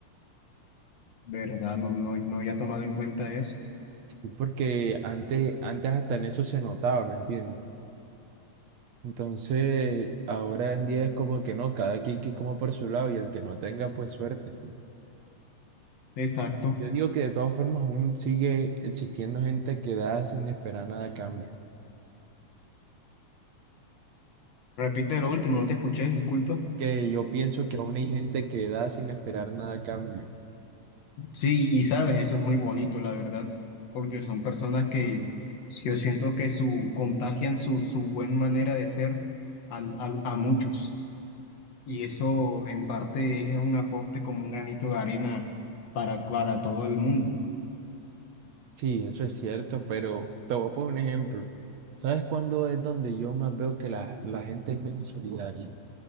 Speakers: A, on the left; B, on the right.
A: ¿verdad? No, no, no había tomado en cuenta eso.
B: y Porque antes, antes hasta en eso se notaba, ¿me entiendes? Entonces, ahora en día es como que no, cada quien que coma por su lado y el que no tenga, pues suerte.
A: Exacto.
B: Yo digo que de todas formas aún sigue existiendo gente que da sin esperar nada a cambio.
A: Repite lo último, no te escuché, disculpa.
B: Que yo pienso que aún hay gente que da sin esperar nada a cambio.
A: Sí, y sabes, eso es muy bonito, la verdad, porque son personas que yo siento que su contagian su, su buena manera de ser al- al- a muchos. Y eso en parte es un aporte como un granito de arena para, para todo el mundo.
B: Sí, eso es cierto, pero te voy a poner un ejemplo. ¿Sabes cuándo es donde yo más veo que la, la gente es menos solidaria?